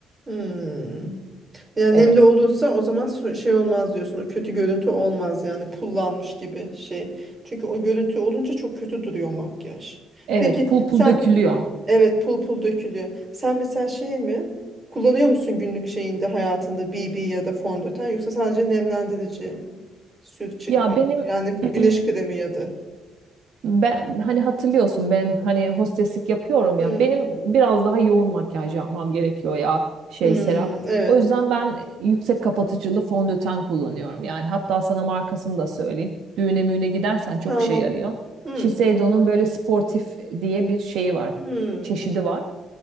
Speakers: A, on the right (about 30°); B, on the right (about 80°).
A: hı. Yani
B: Evet.
A: nemli olursa o zaman so- şey olmaz diyorsun. O kötü görüntü olmaz yani pullanmış gibi şey. Çünkü o görüntü olunca çok kötü duruyor makyaj.
B: Evet,
A: Peki
B: pul pul
A: sen
B: dökülüyor.
A: evet pul pul dökülüyor. Sen mesela şey mi? Kullanıyor musun günlük şeyinde hayatında BB ya da fondöten yoksa sadece nemlendirici sür çıkmıyor?
B: Ya benim
A: Yani
B: <clears throat>
A: güneş kremi ya da.
B: ben hani hatırlıyorsun ben hani hosteslik yapıyorum
A: Hı,
B: ya. Benim biraz daha yoğun makyaj yapmam gerekiyor ya şey
A: hı,
B: Serap.
A: evet.
B: O yüzden ben yüksek kapatıcılı fondöten kullanıyorum. Yani hatta sana markasını da söyleyeyim. Düğüne müğüne gidersen çok
A: Tamam.
B: işe yarıyor.
A: Hmm.
B: Shiseido'nun böyle sportif diye bir şeyi var.
A: Hmm.
B: Çeşidi var.